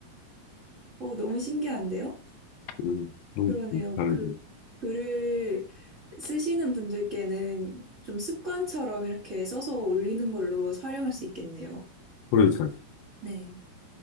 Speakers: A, on the right; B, on the left.
A: 어, 너무 신기한데요?
B: 음, 그런
A: 그러네요.
B: 게 다르고.
A: 그 글을 쓰시는 분들께는 좀 습관처럼 이렇게 써서 올리는 걸로 활용할 수 있겠네요.
B: 그러니까.
A: 네.